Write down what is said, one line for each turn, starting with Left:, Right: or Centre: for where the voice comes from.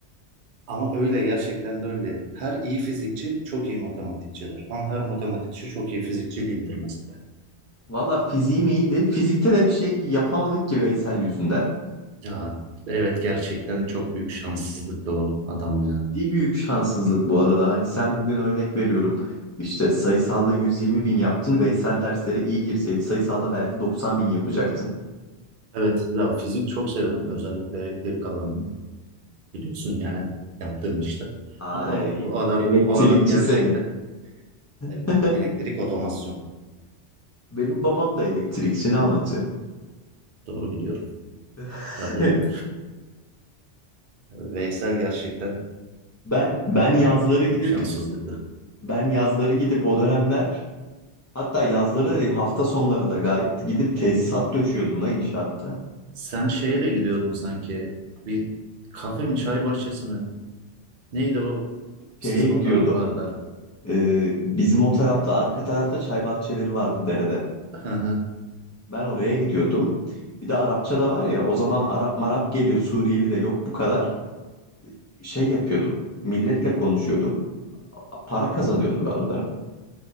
Right: Ama öyle gerçekten de öyle. Her iyi fizikçi çok iyi matematikçidir. Ama her matematikçi çok iyi fizikçi değildir mesela.
Left: Valla fiziğim iyiydi. Fizikte de bir şey yapamadık ki Veysel yüzünden.
Right: Ya evet gerçekten çok büyük şanssızlık da o adam ya.
Left: Ciddi büyük şanssızlık bu arada. Hani sen bugün örnek veriyorum. İşte sayısalla 120 bin yaptın. Veysel derslere iyi girseydi sayısalla belki 90 bin yapacaktın.
Right: Evet, ya fizik çok severim. Özellikle elektrik alanını biliyorsun yani yaptığım işte.
Left: Ay
Right: Ama o, o adam
Left: elektrikçi
Right: o adam gerçekten
Left: seni.
Right: Öyle.
Left: <laughs>
Right: Elektrik otomasyon.
Left: Benim babam da elektrikçi ne anlatıyor?
Right: doğru biliyorum.
Left: <laughs>
Right: Ya dedim Veysel gerçekten
Left: Ben ben yazları gidip
Right: büyük şanssızlıktı.
Left: ben yazları gidip o dönemler hatta yazları da değil, hafta sonları da gayet gidip tesisat döşüyordum da inşaatta.
Right: Sen şeye de gidiyordun sanki. Bir kafe mi çay bahçesi mi? Neydi o? Sizin
Left: Şeye gidiyordum.
Right: o taraflarda.
Left: Ee, bizim o tarafta arka tarafta çay bahçeleri vardı derede.
Right: Hı hı.
Left: Ben oraya gidiyordum. Bir de Arapça da var ya o zaman Arap marap geliyor Suriyeli de yok bu kadar. Şey yapıyordum. Milletle konuşuyordum. Para kazanıyordum ben o da.